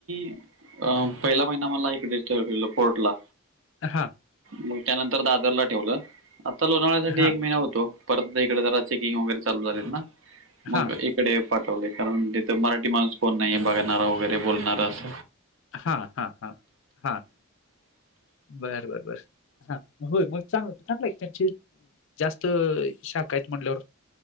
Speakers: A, on the right; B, on the left.
A: अ पहिला महिना मला इकडच ठेवल्याल पोर्ट ला.
B: हा
A: मग त्यानंतर दादरला ठेवलं आता लोणावळ्यासाठी
B: हा
A: एक महिना होतो. परत इकडे जरा चेकिंग वगैरे चालू झालेत ना मग
B: हा
A: एक कडे पाठवले कारण तिथं मराठी माणूस कोण नाही बघणारा वगैरे बोलणारा अस.
B: हां हां हां हां बरं बरं बर हा होय मग चांगलं चांगलं एक त्यांची जास्त शाखा आहेत म्हटल्यावर